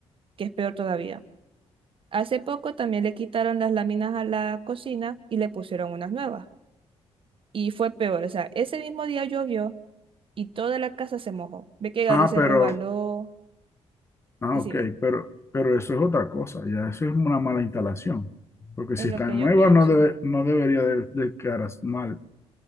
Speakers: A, on the right (about 50°); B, on the left (about 25°).
A: que es peor todavía. Hace poco también le quitaron las láminas a la cocina y le pusieron unas nuevas. Y fue peor, o sea, ese mismo día llovió y toda la casa se mojó. Ve que Gabriel
B: Ah,
A: se
B: pero,
A: resbaló.
B: ah,
A: Decime,
B: ok, pero, pero eso es otra cosa, ya eso es una mala instalación, porque
A: es
B: si
A: lo
B: están
A: que yo
B: nuevas
A: pienso.
B: no, debe- no debería de, de quedar as- mal.